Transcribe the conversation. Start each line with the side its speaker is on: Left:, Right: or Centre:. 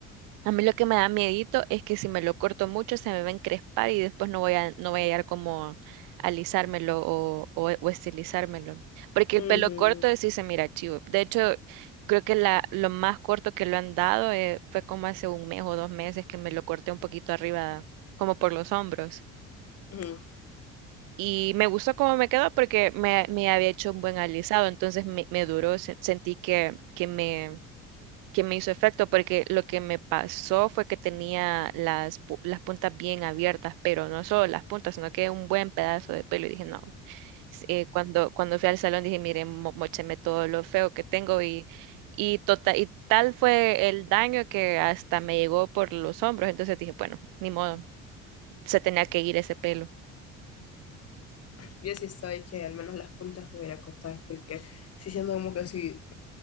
Right: A mí lo que me da miedito es que si me lo corto mucho se me va a encrespar y después no voy a, no voy a hallar cómo alisármelo o, o, o estilizármelo. Porque el
Left: Ujú,
Right: pelo corto sí se mira chivo. De hecho, creo que la, lo más corto que lo han dado eh, fue como hace un mes o dos meses que me lo corté un poquito arriba, como por los hombros.
Left: ujú.
Right: Y me gustó cómo me quedó porque me, me había hecho un buen alisado, entonces me, me duró, se- sentí que, que me que me hizo efecto porque lo que me pasó fue que tenía las, pu- las puntas bien abiertas, pero no solo las puntas, sino que un buen pedazo de pelo. Y dije, no, S- eh, cuando, cuando fui al salón dije, mire, mo- mócheme todo lo feo que tengo y, y, tota- y tal fue el daño que hasta me llegó por los hombros. Entonces dije, bueno, ni modo, se tenía que ir ese pelo.
Left: Yo sí soy que al menos las puntas me voy a ir a cortar porque sí siento como que si